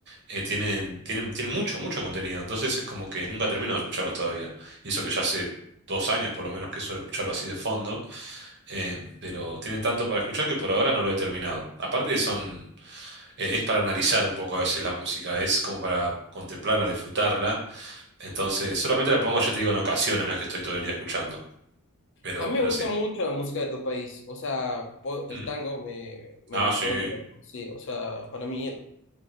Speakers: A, on the right; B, on the left.
A: eh, tienen, tienen, tienen mucho, mucho contenido. Entonces es como que nunca termino de escucharlos todavía. Y eso que ya hace dos años por lo menos que suelo escucharlo así de fondo. eh, pero tienen tanto para escuchar que por ahora no lo he terminado. Aparte son, eh, es para analizar un poco a veces la música, es como para contemplarla, disfrutarla. Entonces solamente la pongo, ya te digo, en ocasiones, no es que estoy todo el día escuchando. Pero,
B: A mí me
A: pero
B: gusta
A: sí.
B: mucho la música de tu país, o sea, po- el
A: Mm.
B: tango me, me,
A: Ah,
B: me
A: sí,
B: vuelve loco, sí, o sea, para mí,